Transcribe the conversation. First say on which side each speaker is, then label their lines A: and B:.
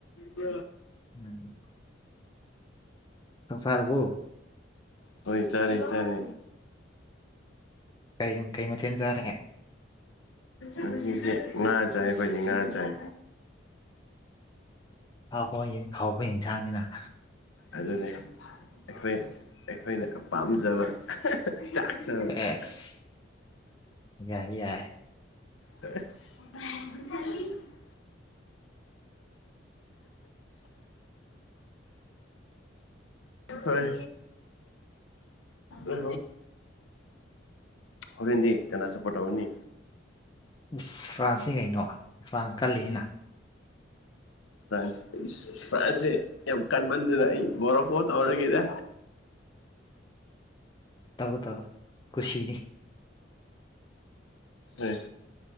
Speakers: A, on the left; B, on the left.
A: ꯎ
B: ꯎꯝ ꯎꯝ ꯆ ꯐꯥꯕꯨꯣ
A: ꯑꯣꯏꯣꯏ ꯇꯔꯦ ꯇꯔꯦ
B: ꯀꯩ ꯀꯩ ꯃꯊꯦꯜ ꯆꯥꯔꯒꯦ
A: ꯍꯧꯁꯦ ꯅꯥꯥ ꯆꯥꯏ ꯑꯩꯈꯣꯏꯗꯤ ꯅꯥꯥ ꯆꯥꯏ
B: ꯍꯥꯎ ꯍꯣꯏ ꯍꯥꯎꯕ ꯌꯦꯟꯁꯥꯡꯅꯤꯅ
A: ꯑꯗꯨꯅꯤ ꯑꯩꯈꯣꯏ ꯑꯩꯈꯣꯏꯅ ꯄꯥꯝꯖꯕ ꯆꯥꯛ ꯆꯥꯕ
B: ꯑꯦꯁ ꯌꯥꯏ ꯌꯥꯏ
A: ꯇ <inaudible> ꯍꯣꯏ ꯑ ꯍꯔꯦꯟꯗꯤ ꯀꯅꯥꯁꯄꯇꯎꯅꯤ
B: ꯏꯁ ꯐ꯭ꯔꯥꯟꯁꯁꯦ ꯀꯩꯅꯣ ꯐ꯭ꯔꯥꯟꯁ ꯀꯜꯂꯤꯅ
A: ꯐ꯭ꯔꯥꯟꯁ <unintelligible> ꯐ꯭ꯔꯥꯟꯁꯤꯦ ꯌꯥꯝ ꯀꯟꯃꯟꯗ ꯑꯩ ꯃꯣꯔꯛꯣ ꯇꯋꯥꯔꯒꯗ
B: ꯇꯕꯨ ꯇꯕ ꯈꯨꯨꯁꯤꯅꯤ
A: ꯍꯣꯏ